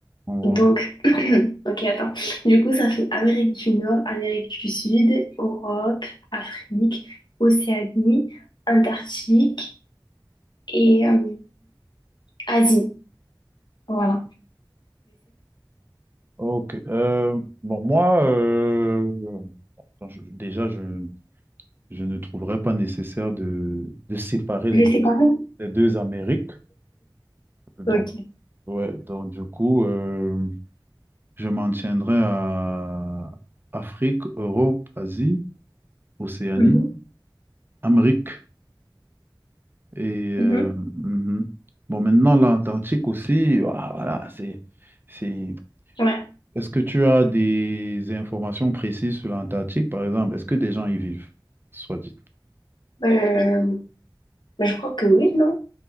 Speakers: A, on the right; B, on the left.
A: on voit.
B: Donc, <clears throat> ok, attends. Du coup, ça fait Amérique du Nord, Amérique du Sud, Europe, Afrique, Océanie, Antarctique et euh, Asie. Voilà.
A: Ok. euh, bon, moi, euh, attends, je- déjà, je, je ne trouverais pas nécessaire de, de séparer les
B: Les
A: deux,
B: séparer?
A: les deux Amériques. Donc,
B: Ok.
A: ouais, donc du coup, euh, je m'en tiendrai à Afrique, Europe, Asie, Océanie,
B: Mhm.
A: Amérique. Et euh,
B: Mhm.
A: mhm. bon, maintenant, l'Antarctique aussi, voilà, voilà, c'est, c'est...
B: Ouais.
A: Est-ce que tu as des informations précises sur l'Antarctique, par exemple? Est-ce que des gens y vivent, soit dit?
B: Euh, bah, je crois que oui, non?